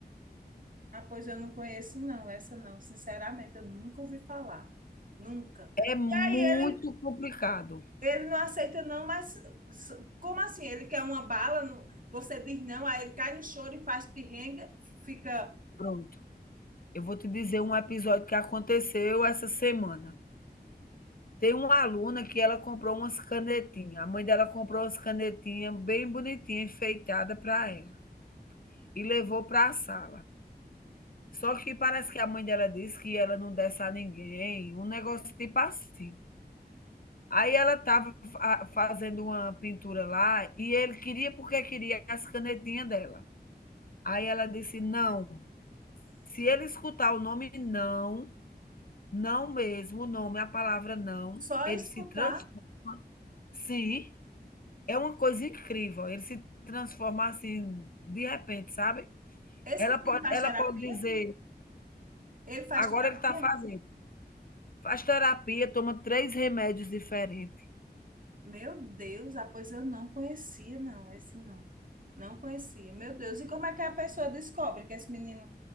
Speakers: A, on the right (about 55°); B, on the left (about 60°).
A: Ah, pois eu não conheço, não, essa não. Sinceramente, eu nunca ouvi falar. Nunca.
B: É muito
A: E aí
B: complicado.
A: Ele não aceita não, mas como assim? Ele quer uma bala, no- você diz não, aí ele cai no choro e faz pirrenga, fica
B: Pronto. Eu vou te dizer um episódio que aconteceu essa semana. Tem uma aluna que ela comprou umas canetinhas. A mãe dela comprou umas canetinhas bem bonitinhas, enfeitadas para ela. e levou para a sala. Só que parece que a mãe dela disse que ela não desse a ninguém, um negócio tipo assim. Aí ela estava fazendo uma pintura lá e ele queria porque queria as canetinhas dela. Aí ela disse: não, se ele escutar o nome não, não mesmo, o nome, a palavra não,
A: só
B: ele
A: em escutar.
B: se transforma. Sim, é uma coisa incrível. Ele se transforma assim, de repente, sabe?
A: Esse
B: Ela
A: menino
B: pode,
A: faz
B: ela
A: terapia?
B: pode dizer,
A: Ele faz
B: agora
A: terapia?
B: ele está fazendo. Faz terapia, toma três remédios diferentes.
A: Meu Deus, ah, pois eu não conhecia, não, esse não. Não conhecia. Meu Deus, e como é que a pessoa descobre que esse menino